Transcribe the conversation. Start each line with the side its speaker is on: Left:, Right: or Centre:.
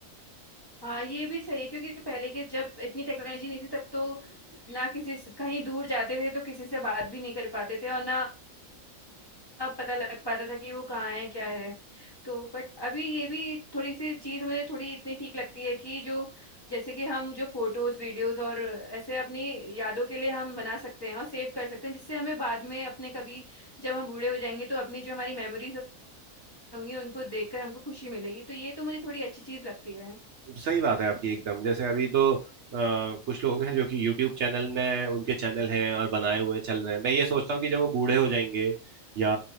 Left: हाँ ये भी सही है क्योंकि पहले के जब इतनी टेक्नोलॉजी नहीं थी तब तो ना किसी से- कहीं दूर जाते थे तो किसी से बात भी नहीं कर पाते थे और ना पता लग पाता था कि वो कहाँ है क्या है तो बट अभी ये भी थोड़ी सी चीज मुझे थोड़ी इतनी ठीक लगती है कि जो जैसे कि हम जो फोटोज वीडियोज और ऐसे अपनी यादों के लिए हम बना सकते हैं और सेव कर सकते हैं जिससे हमें बाद में अपने कभी जब हम बूढ़े हो जाएंगे तो अपनी जो हमारी मेमोरीज होंगी उनको देखकर हमको खुशी मिलेगी तो ये तो मुझे थोड़ी अच्छी चीज लगती है
Right: सही बात है आपकी एकदम जैसे अभी तो आ, कुछ लोग हैं जो कि यूट्यूब चैनल में उनके चैनल हैं और बनाए हुए चल रहे हैं मैं ये सोचता हूँ कि जब वो बूढ़े हो जाएंगे या